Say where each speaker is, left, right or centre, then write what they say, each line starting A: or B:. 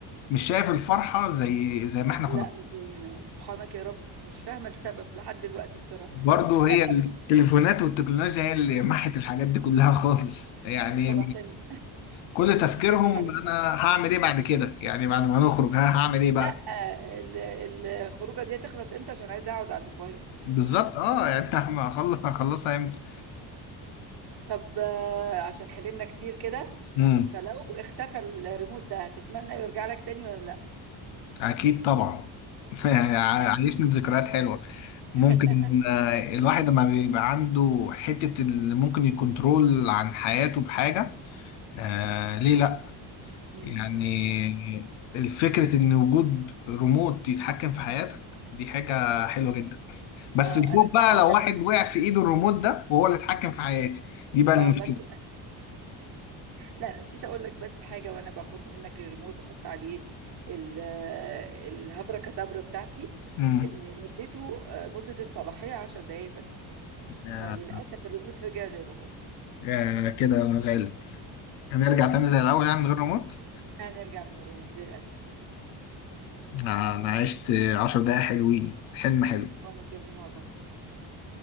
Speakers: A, on the left; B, on the right.
A: مش شايف الفرحه زي زي ما احنا
B: لا
A: كنا
B: مش زينا سبحانك يا رب مش فاهمة السبب لحد دلوقتي بصراحة
A: برضه
B: لا
A: هي التليفونات والتكنولوجيا هي اللي محت الحاجات دي كلها خالص يعني
B: طب عشان
A: كل تفكيرهم
B: <laughs> ده حقيقي
A: انا هعمل ايه بعد كده يعني بعد ما نخرج ها هعمل ايه بقى
B: لا ال- ال- الخروجة دي هتخلص امتى عشان عايزة اقعد على الموبايل
A: بالظبط اه يعني <laughs> هعمل- هخلص هخلصها امتى
B: طب آه، عشان حللنا كتير كده
A: امم
B: فلو اختفى الريموت ده هتتمنى يرجع لك تاني ولا لا
A: اكيد طبعا <laughs> يعني ع-
B: يعني
A: عايشني بذكريات حلوه ممكن
B: <laughs>
A: آه، الواحد لما بيبقى عنده حته اللي ممكن يكنترول عن حياته بحاجه آه ليه لا
B: امم
A: يعني الفكره ان وجود ريموت يتحكم في حياتك دي حاجه حلوه جدا بس
B: اه
A: الخوف
B: انا نسيت
A: بقى
B: اقول
A: لو
B: لك
A: واحد
B: بس
A: وقع في ايده الريموت ده وهو اللي اتحكم في حياتي دي بقى المشكله
B: اه مثلا لا انا نسيت اقول لك بس حاجه وانا باخد منك الريموت واحط عليه ال- الهبره كتبره بتاعتي
A: امم
B: ان مدته آه، مده الصلاحيه 10 دقائق بس
A: يا-
B: فللاسف الريموت رجع زي ما هو
A: يا كده انا زعلت هنرجع تاني زي الاول يعني من غير ريموت
B: هنرجع من الريموت للاسف
A: آه، انا عشت عشر دقايق حلوين حلم حلو
B: وانا كمان والله